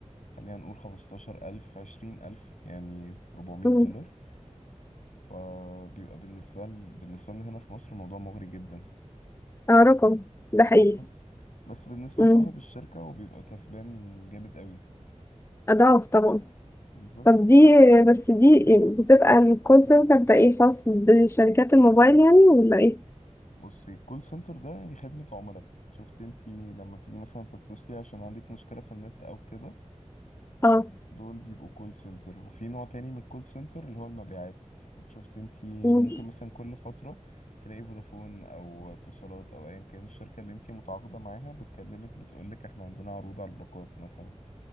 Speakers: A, on the left; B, on the left.
A: خلينا نقول خمستاشر ألف عشرين ألف يعني ربعمية
B: مم.
A: دولار فبيبقى بالنسبة ل... بالنسبة لنا هنا في مصر الموضوع مغري جدا
B: اه رقم ده حقيقي
A: بالظبط بس بالنسبة
B: مم.
A: لصاحب الشركة هو بيبقى كسبان جامد قوي
B: أضعاف طبعا
A: بالظبط
B: طب دي بس دي بتبقى الكول سنتر ده ايه خاص بشركات الموبايل يعني ولا ايه؟
A: بصي الكول سنتر ده يعني خدمة عملاء شفتي انتي لما تيجي مثلا تتصلي عشان عندك مشكلة في النت او كده
B: اه
A: دول بيبقوا كول سنتر وفي نوع تاني من الكول سنتر اللي هو المبيعات شفتي انتي
B: مم.
A: ممكن مثلا كل فترة تلاقي فودافون او اتصالات او ايا كان الشركة اللي انتي متعاقدة معاها بتكلمك بتقولك احنا عندنا عروض على الباقات مثلا